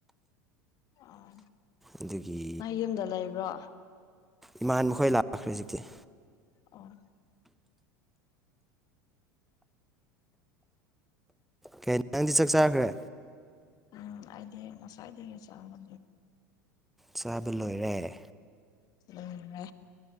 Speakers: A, on the left; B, in the centre.
A: ꯑꯣ
B: ꯑꯗꯨꯒꯤ
A: ꯅꯪ ꯌꯨꯝꯗ ꯂꯩꯕ꯭ꯔꯣ
B: ꯏꯃꯥꯟ ꯃꯈꯣꯏ ꯂꯥꯛꯈ꯭ꯔꯦ ꯍꯧꯖꯤꯛꯇꯤ
A: ꯑꯣ
B: ꯀꯩ ꯅꯪꯗꯤ ꯆꯥꯛ ꯆꯥꯈ꯭ꯔꯦ
A: ꯎꯝ ꯑꯩꯗꯤ ꯉꯁꯥꯏꯗꯒꯤ ꯆꯥꯕꯦ
B: ꯆꯥꯕ ꯂꯣꯏꯔꯦ
A: ꯎꯝꯃꯦ